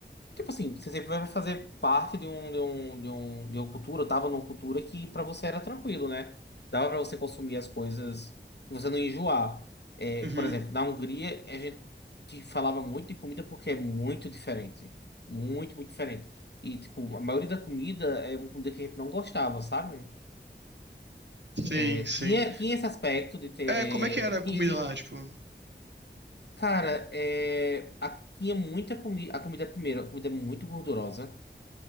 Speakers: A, on the left; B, on the right.
A: Tipo assim, você sempre vai fazer parte de um, de um, de um, de uma cultura, eu tava numa cultura que pra você era tranquilo, né? Dava pra você consumir as coisas e você não enjoar. É,
B: Uhum.
A: por exemplo, na Hungria, a gente falava muito de comida porque é muito diferente. Muito, muito diferente. E, tipo, a maioria da comida é uma comida que a gente não gostava, sabe?
B: Sim,
A: É,
B: sim.
A: tinha, tinha esse aspecto de ter.
B: É, como é que era a
A: tinha-
B: comida
A: tinha-
B: lá, tipo?
A: cara, é, a- tinha muita comida. A comida, primeiro, a comida é muito gordurosa.